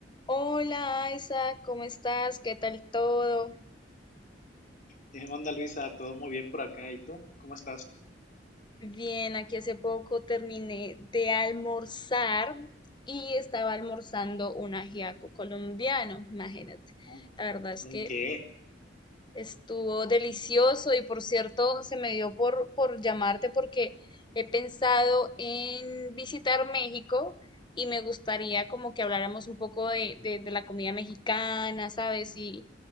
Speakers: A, on the left; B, on the left.
A: Hola Isa, ¿cómo estás? ¿Qué tal todo?
B: ¿Qué onda, Luisa? ¿Todo muy bien por acá? ¿Y tú? ¿Cómo estás?
A: Bien, aquí hace poco terminé de almorzar y estaba almorzando un ajiaco colombiano, imagínate.
B: ¿Un
A: La verdad es que
B: un qué?
A: Estuvo delicioso y por cierto, se me dio por, por llamarte porque he pensado en visitar México y me gustaría como que habláramos un poco de, de- de la comida mexicana, ¿sabes? Y